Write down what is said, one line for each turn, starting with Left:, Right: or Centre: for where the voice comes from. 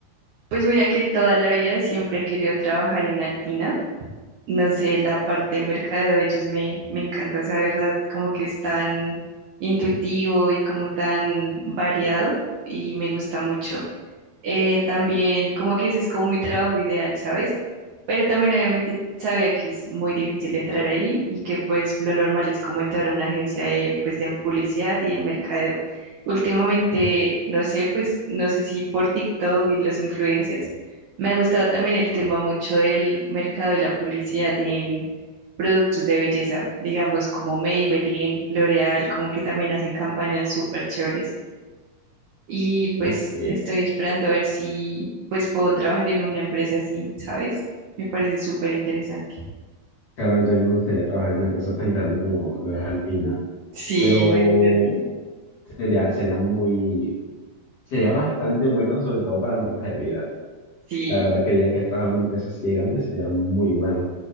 Right: Pues mira que toda la vida siempre he querido trabajar en Alpina. No sé, la parte de mercadeo de ellos me, me encanta. O sea, de verdad, como que es tan intuitivo y como tan variado y me gusta mucho. eh, también como que ese es como mi trabajo ideal, ¿sabes? Pero también obviamente sabía que es muy difícil entrar ahí y que pues lo normal es como entrar a una agencia de, pues, de publicidad y de mercadeo. Últimamente, no sé, pues no sé si por TikTok y los influencers, me ha gustado también el tema mucho del mercado y la publicidad en productos de belleza, digamos como Maybelline, L'Oreal, como que también hacen campañas súper chéveres y pues
Left: Ok,
Right: estoy esperando a ver si pues puedo trabajar en una empresa así, ¿sabes? Me parece súper interesante.
Left: claro, a mí también me gustaría trabajar en una empresa tan grande como lo es Alpina,
Right: Sí,
Left: pero
Right: imagínate.
Left: sería, sería muy, sería bastante bueno sobre todo para mi hoja de vida.
Right: Sí,
Left: La verdad que digan que has trabajado en una empresa así de grande sería muy bueno.